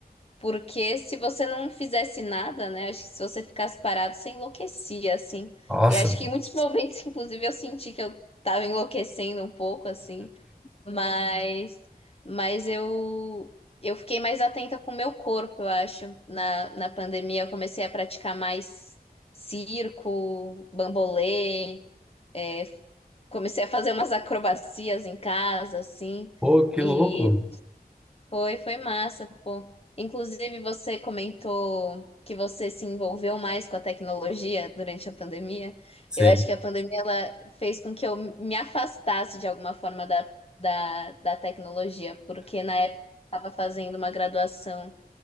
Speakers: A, on the left; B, in the centre.
A: porque se você não fizesse nada, né? Acho que se você ficasse parado, você enlouquecia assim.
B: Nossa.
A: E acho que em muitos momentos, <laughs> inclusive, eu senti que eu tava enlouquecendo um pouco assim. Mas, mas eu, eu fiquei mais atenta com o meu corpo, eu acho. Na, na pandemia, eu comecei a praticar mais circo, bambolê, é, comecei a fazer umas acrobacias em casa, assim,
B: Pô, que
A: e
B: louco.
A: foi, foi massa, pô. Inclusive, você comentou que você se envolveu mais com a tecnologia durante a pandemia.
B: Sim,
A: Eu acho que a pandemia ela fez com que eu me afastasse de alguma forma da, da, da tecnologia, porque na época eu estava fazendo uma graduação